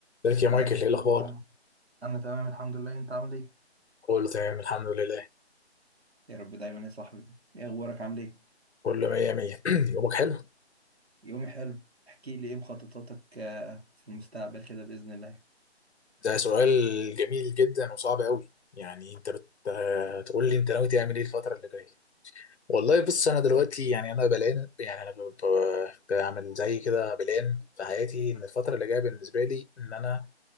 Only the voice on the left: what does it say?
ازيك يا مايكل
ايه الاخبار
كله تمام الحمد لله
كله مية مية <clears throat> يومك حلو
ده سؤال جميل جدا وصعب قوي يعني انت بت... تقول لي انت ناوي تعمل ايه الفتره اللي جايه والله بص انا دلوقتي يعني انا بلان يعني انا ب... ب... بعمل زي كده بلان في حياتي ان الفتره اللي جايه بالنسبه لي ان انا